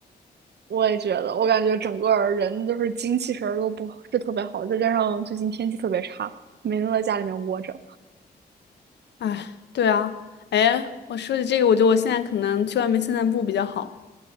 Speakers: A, on the right (about 75°); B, on the left (about 80°).
A: 我也觉得，我感觉整个儿人就是精气神儿都不是特别好，再加上最近天气特别差，每天都在家里面窝着。
B: 哎，对啊，哎，我说起这个，我觉得我现在可能去外面散散步比较好。